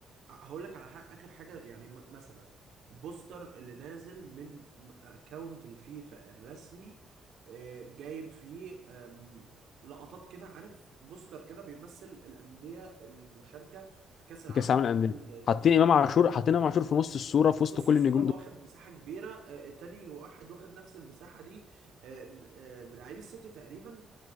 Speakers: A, on the right (about 70°); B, on the left (about 55°).
A: هقول لك على حاجة آخر حاجة يعني م- مثلا بوستر اللي نازل من اكونت الفيفا الرسمي آه، جايب فيه آم، لقطات كده عارف بوستر كده بيمثل الأندية المشاركة في كأس العالم
B: في كاس
A: للأندية
B: العالم للانديه
A: الموسم
B: حاطين
A: الجاي.
B: امام عاشور حاطين امام عاشور في نص الصوره في
A: في
B: وسط
A: نص
B: كل
A: الصورة
B: النجوم
A: واخد
B: دول
A: مساحة كبيرة آه، تاني واحد واخد نفس المساحة دي آم، آم، لعيب السيتي تقريبا